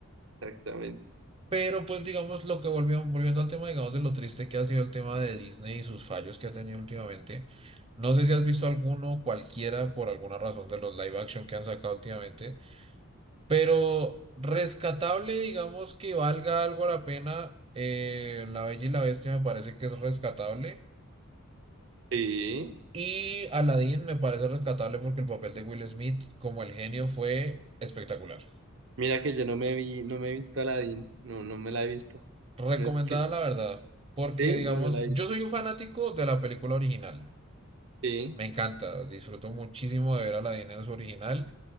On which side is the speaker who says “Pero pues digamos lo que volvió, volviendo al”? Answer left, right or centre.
Right